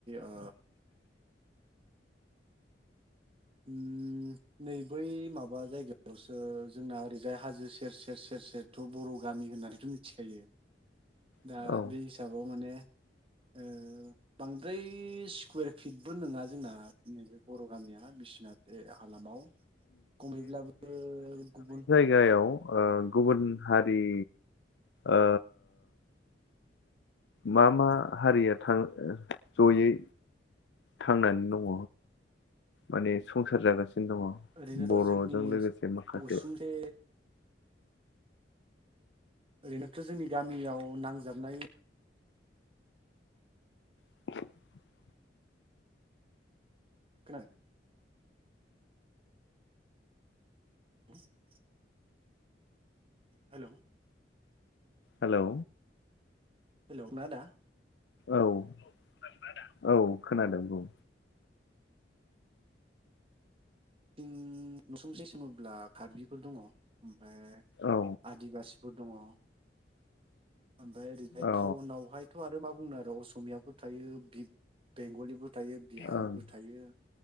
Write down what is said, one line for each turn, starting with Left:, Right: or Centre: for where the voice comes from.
Right: ओ उम नै बै माबा जायगायावसो जोंना ओरैजाय हाजो सेर सेर से र सेरथ' बर' गामि होननानैथ' मिथिखायो दा
Left: औ
Right: बे हिसाबाव माने ओ बांद्राय स्कुयेर फिडबो नोङा जोंना नैबे बर' गामिया हा बिस'नाथ बे हालामाव कमैब्लाबो गुबुन
Left: गायाव ओ गुबुन हारि ओ मा मा हारिया थां ओ जयै थांनानै दङ? माने संसार जागासिनो दङ?
Right: ओरैनोथ'
Left: बर'जों
Right: जोंनि
Left: लोगोसे माखासे
Right: उसुंसे ओरैनोथ' जोंनि गामियाव नांजाबनाय
Left: <inaudible>
Right: खोनादों। <inaudible> Hello
Left: hello.
Right: हेलौ ना आदा
Left: औ, खोनादोंना आदा?, औ खोनादों बुं।
Right: उम नसुंसे सोङोब्ला कार्बिफोर दङ ओमफ्राय आ
Left: औ
Right: दिबासिफोर दङ ओमफ्राय ओरैजाय
Left: औ
Right: थाउनावहाय थ' आरो मा बुंनो आरो असमियाबो थायो बि बि-बेंगलिबो थायो बिहारिबो
Left: ओं
Right: थायो।